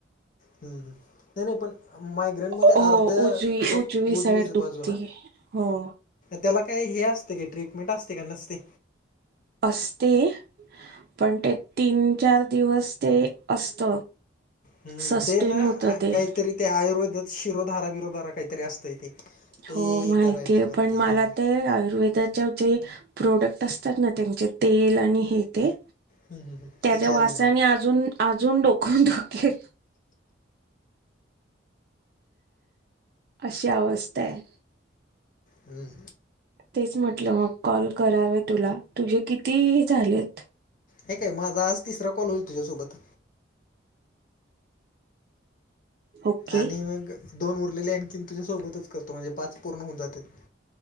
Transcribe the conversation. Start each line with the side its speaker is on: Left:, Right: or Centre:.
Left: ह् नाही नाही पण मायग्रेन मध्ये
Right: हो
Left: अर्ध
Right: उजवी
Left: डोक
Right: उजवी साईड
Left: उजवीच
Right: दुखती
Left: बाजू ना.
Right: हो.
Left: त्याला काही हे असते का ट्रीटमेंट असते का नसते?
Right: असते. पण ते तीन, चार दिवस ते असत
Left: हम्म.
Right: सस्टेन
Left: ते ना
Right: होत
Left: आ
Right: ते
Left: काहीतरी ते आयुर्वेदात शिरोधारा बिरोधारा काहीतरी असतय ते. ते
Right: हो. माहितीय
Left: करायचं लागते
Right: पण मला
Left: हां
Right: ते आयुर्वेदाच्या जे प्रोडक्ट असतात ना त्यांचे तेल आणि हे ते
Left: हम्म, हम्म, हम्म.
Right: त्याच्या
Left: त्याची अलर्जी
Right: वासानी अजून अजून डोक दुखेल. अशी अवस्था हाय.
Left: हम्.
Right: तेच म्हटलं मग कॉल करावे तुला, तुझे किती झालेत?
Left: हे काय माझा आज तिसरा कॉल होईल तुझ्यासोबत.
Right: ओके
Left: आणि मग दोन उरलेले आणखीन तुझ्या सोबतच करतो म्हणजे पाच पूर्ण होऊन जात्यात.